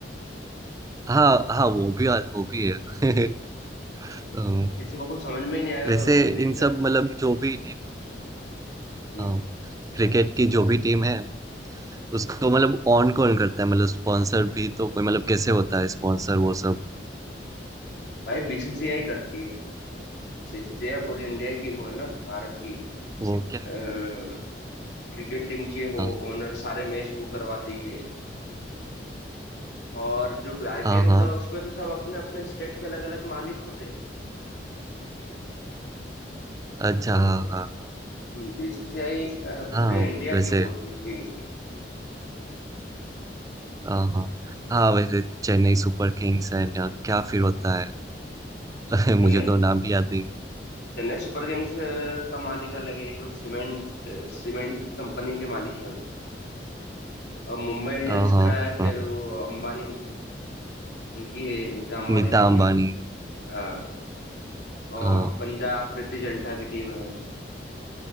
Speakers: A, on the right (about 20°); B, on the left (about 70°).
A: हाँ हाँ वो भी वो भी है <laughs> हाँ,
B: किसी को कुछ समझ में ही नहीं आएगा
A: वैसे
B: कोई हॉकी देखेगा
A: इन
B: तो।
A: सब मतलब जो भी टीम
B: हम्म
A: हाँ क्रिकेट की जो भी टीम है उसको मतलब ऑन कौन करता है मतलब स्पॉन्सर भी तो कोई मतलब कैसे होता है स्पॉन्सर वो सब
B: भाई बीसीसीआई करती है बीसीसीआई पूरी इंडिया की वो है ना भारत की
A: वो क्या
B: क्रिकेट टीम की है वो
A: हाँ।
B: ओनर सारे मैच वो करवाती है और जो आईपीएल
A: हाँ
B: होता
A: हाँ
B: है उसमें तो सब अपने अपने स्टेट के अलग अलग मालिक होते हैं
A: अच्छा
B: तो
A: हाँ हाँ हाँ
B: बीसीसीआई पूरे
A: हाँ
B: इंडिया
A: वैसे
B: की वो होती है टीम की
A: हाँ हाँ हाँ वैसे चेन्नई सुपर किंग्स एंड क्या फिर होता है <laughs>
B: चेन्नई
A: मुझे तो नाम भी याद नहीं
B: चेन्नई सुपर किंग्स अ, का मालिक अलग है कोई सीमेंट सीमेंट की कंपनी के मालिक है वो और मुंबई इंडियंस
A: हाँ हाँ
B: का है फिर
A: हाँ
B: वो
A: हाँ
B: अंबानी उनकी है नीता अंबानी
A: नीता
B: की टीम
A: अंबानी
B: है हाँ और
A: हाँ
B: पंजाब प्रीति जिंटा की टीम है